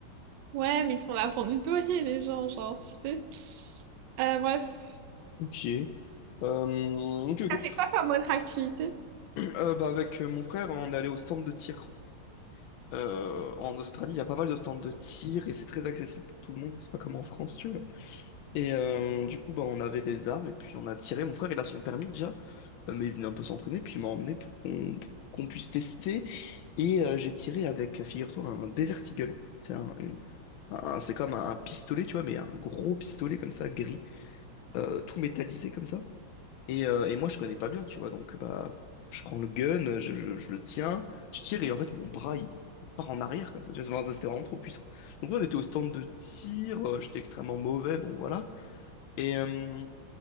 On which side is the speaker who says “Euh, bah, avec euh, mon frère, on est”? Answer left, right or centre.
Left